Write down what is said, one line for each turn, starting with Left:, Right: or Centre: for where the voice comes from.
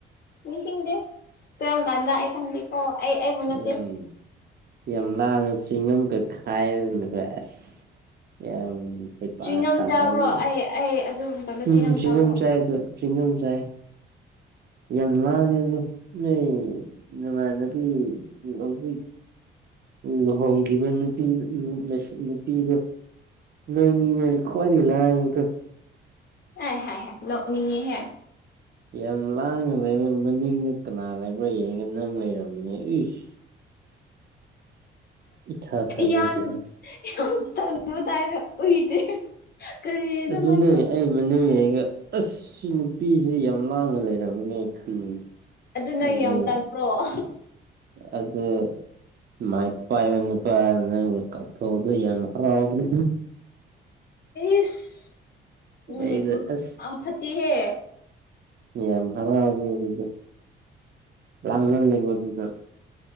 Left: ꯅꯤꯡꯁꯤꯡꯗꯦ ꯀꯔꯝ ꯀꯥꯟꯗ ꯑꯩ ꯈꯪꯗꯦꯀꯣ ꯑꯩ ꯑꯩꯕꯨ ꯅꯠꯇꯦ
Right: ꯌꯥꯝ ꯌꯥꯝ ꯂꯥꯡꯉꯒ <unintelligible> ꯌꯥꯝ ꯍꯩꯄ
Left: ꯆ꯭ꯋꯤꯡꯒꯝ
Right: ꯁꯥꯔꯗ
Left: ꯆꯥꯕ꯭ꯔꯣ ꯑꯩ ꯑꯩ ꯑꯗꯨ ꯃꯇꯝꯗ
Right: ꯎꯝ ꯆ꯭ꯋꯤꯡꯒꯝ
Left: ꯆꯥꯕ꯭ꯔꯣ
Right: ꯆꯥꯏ ꯗꯣ ꯆ꯭ꯋꯤꯡꯒꯝ ꯆꯥꯏ ꯌꯥꯝ ꯂꯥꯡꯉꯦꯅꯦ ꯅꯣꯏ ꯅꯃꯥꯟꯅꯕꯤ ꯍꯧꯖꯤꯛ ꯂꯨꯍꯣꯡꯈꯤꯕ ꯅꯨꯄꯤ ꯅꯨꯄꯤꯗꯣ ꯅꯣꯏꯅꯤꯅꯦ ꯈꯋꯥꯏꯗꯒꯤ ꯂꯥꯡꯉꯤꯗꯣ
Left: ꯍꯥꯏ ꯍꯥꯏ ꯍꯥꯏ ꯅꯣꯛꯅꯤꯡꯉꯦꯍꯦ
Right: ꯌꯥꯝ ꯂꯥꯡꯉ ꯂꯩꯔ ꯃꯅꯤꯡꯗ ꯀꯅꯥ ꯂꯩꯕ꯭ꯔꯥ ꯌꯦꯡꯒ ꯅꯪ ꯂꯩꯔꯝꯃꯤꯅꯦ ꯏꯁ ꯏꯊꯥ ꯊꯥꯖꯗꯦꯍꯦ
Left: ꯌꯥꯝ ꯌꯥꯝ ꯇꯟꯕ ꯇꯥꯏꯅ ꯎꯏꯗꯦ ꯀꯔꯤꯅꯣ
Right: ꯑꯗꯨꯅꯦ
Left: ꯅꯪꯁꯨ
Right: ꯑꯩ ꯃꯅꯤꯡ ꯂꯩꯒ ꯑꯁ ꯁꯤ ꯅꯨꯄꯤꯁꯤ ꯌꯥꯝ ꯂꯥꯡꯅ ꯂꯩꯔꯝꯃꯤꯅꯦ ꯈꯟꯕꯅꯤ
Left: ꯅꯪ
Right: ꯑꯗꯨ
Left: ꯌꯥꯝ ꯇꯟꯕ꯭ꯔꯣ
Right: ꯑꯗꯨ ꯃꯥꯏꯛ ꯄꯥꯏꯕ ꯅꯨꯄꯥꯗꯨꯅ ꯅꯪ ꯀꯥꯎꯊꯣꯛꯑꯗ ꯌꯥꯝ ꯍꯔꯥꯎꯕꯅꯦ
Left: ꯏꯁ ꯅꯪ
Right: ꯑꯩꯗꯣ ꯑꯁ
Left: ꯌꯥꯝ ꯐꯠꯇꯤꯍꯦ
Right: ꯌꯥꯝ ꯍꯔꯥꯎꯒꯦ ꯑꯗꯨꯗꯤ ꯂꯥꯡꯃꯜꯂꯒ ꯑꯗꯨꯗ